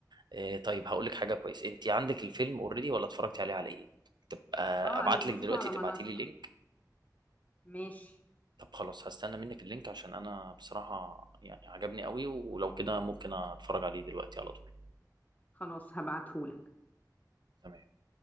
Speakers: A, on the right (about 85°); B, on the left (about 20°).
A: آه، طيب هقول لك حاجه كويس انت عندك الفيلم اوريدي ولا اتفرجتي عليه على ايه تبقى
B: اه
A: ابعت
B: انا شفته
A: لك دلوقتي
B: على
A: تبعتي
B: منصة
A: لي لينك
B: ماشي
A: طب خلاص هستنى منك اللينك عشان انا بصراحه يعني عجبني قوي ولو كده ممكن اتفرج عليه دلوقتي على طول
B: خلاص هبعتهولك
A: تمام